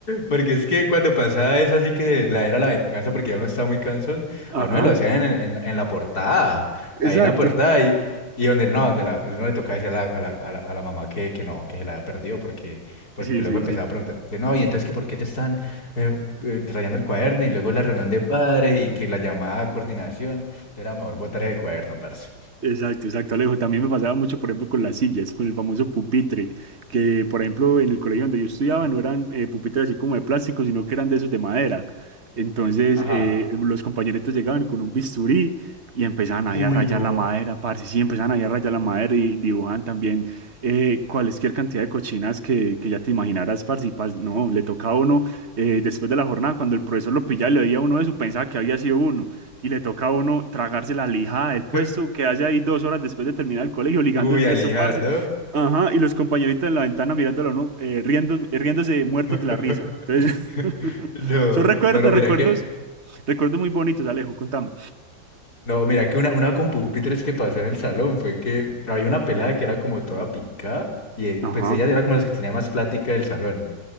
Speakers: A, on the left; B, on the right.
A: porque es que cuando pasaba eso así que la era la venganza porque ya uno estaba muy cansón,
B: Ajá.
A: a uno se lo hacían en, el- en la, en la portada,
B: Exacto.
A: ahí en la portada y, y donde no, donde la, uno le tocaba decir a la, a la, a la- a la mamá que, que no, que se la había perdido porque, porque
B: Sí,
A: luego
B: sí,
A: empezaba
B: sí.
A: a preguntar que no, y entonces que por qué te están eh, eh, rayando el cuaderno y luego la reunión de padres y que la llamada a coordinación era mejor botar el cuaderno, parce.
B: Exacto, exacto, Alejo. También me pasaba mucho, por ejemplo, con las sillas, con el famoso pupitre, que, por ejemplo, en el colegio donde yo estudiaba
A: Sí.
B: no eran eh, pupitres así como de plástico, sino que eran de esos de madera. Entonces,
A: Ajá.
B: eh, los compañeritos llegaban con un bisturí y empezaban ahí
A: Uy,
B: a rayar
A: no.
B: la madera, parce, sí, empezaban ahí a rayar la madera y dibujaban también eh, cualquier cantidad de cochinas que, que ya te imaginaras, parce, y parce, no, le tocaba a uno, eh, después de la jornada, cuando el profesor lo pillaba y le veía a uno de eso, pensaba que había sido uno y le toca a uno tragarse la lijada del puesto,
A: <laughs>
B: quedarse ahí dos horas después de terminar el colegio, ligando
A: Uy,
B: el puesto,
A: Alijardo.
B: parce. Ajá, y los compañeritos en la ventana mirándolo, ¿no? Eh, riendo, eh, riéndose muertos
A: <laughs>
B: de la risa. Entonces, <laughs>
A: No,
B: son recuerdos,
A: no, no, mira
B: recuerdos,
A: que,
B: recuerdos muy bonitos, Alejo, contame.
A: no, mira que una, una con pupitres que pasó en el salón fue que había una pelada que era como toda picada y eh,
B: Ajá,
A: pues ella era como las que tenía más plática del salón.